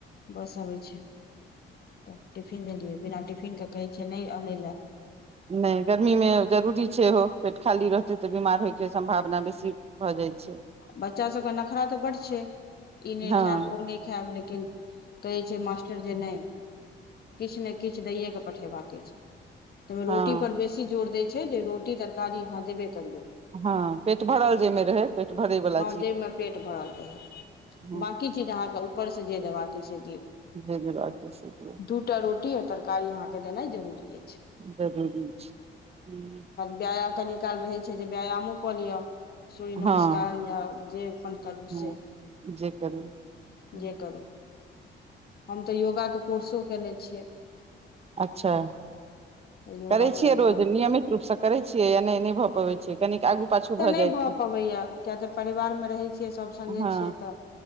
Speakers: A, on the left; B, on the right.
A: बस अबै छै तऽ टिफिन देलियै बिना टिफिन कऽ कहै छैै नै अनै लऽ
B: नै गर्मी में जरूरी छै ओहो पेट खाली रहतै तऽ बीमार होय केँ सम्भावना बेसी भऽ जाइ छै
A: बच्चा सब कऽ नखरा तऽ बड छै ई नै
B: हँ
A: खैब ओ नै खैब लेकिन कहै छै मास्टर जे नै किछ ने किछ दैए केँ पठेबाक अछि <inaudible> तैयमें
B: हँ
A: रोटी पर बेसी जोर देय छै जे रोटी रोटी तरकारी अहाँ देबे करियौ
B: हँ पेट भरल जेमे रहे पेट भरे वला
A: हऽ जैय म पेट भरल रहै
B: हँ
A: बकी चीज अहाँ कऽ ऊपर से जे देबाक कऽ से दियऔ
B: <unintelligible>
A: दू टा रोटी आ तरकारी अहाँ केँ देनाइ जरूरी यै
B: जरूरी छै <unintelligible>
A: व्याय कनी काल रहै छै जे व्यायामो कऽ लिअ सूर्य
B: हँ
A: नमस्कार या जे अपन करू
B: हँ
A: से
B: <unintelligible>
A: जे करू हम तऽ योगा कऽ कोर्सो कयने छियै
B: अच्छा
A: तऽ योगा
B: करे
A: पर
B: छियै
A: हमरा
B: रोज नियमित रूप से करे छियै या नै नै भ भऽ पबै छियै कनीक आगू पाछू भऽ
A: नै
B: जाइ
A: भऽ
B: छै
A: पबैय किया तऽ परिवार में रहै छियै सभ संगे
B: हँ
A: छियै तऽ